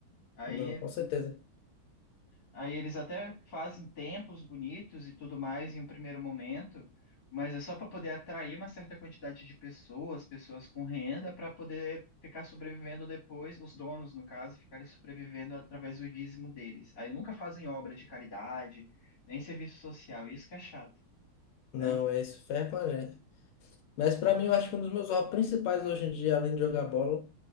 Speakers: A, on the left; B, on the left.
A: Aí
B: Não, com certeza.
A: Aí eles até fazem templos bonitos e tudo mais em um primeiro momento, mas é só para poder atrair uma certa quantidade de pessoas, pessoas com renda, para poder ficar sobrevivendo depois, os donos, no caso, ficarem sobrevivendo através do dízimo deles. Aí nunca fazem obras de caridade, nem serviço social, isso que é chato,
B: Não,
A: né?
B: é isso, ferra com a gente. Mas para mim, eu acho que um dos meus hobbies principais hoje em dia, além de jogar bola,